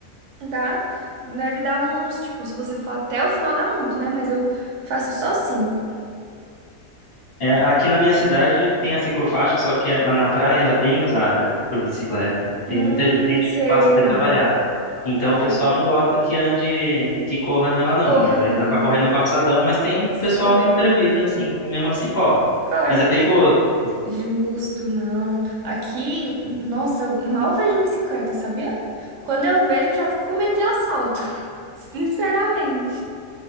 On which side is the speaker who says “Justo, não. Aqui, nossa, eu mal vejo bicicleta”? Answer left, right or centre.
Right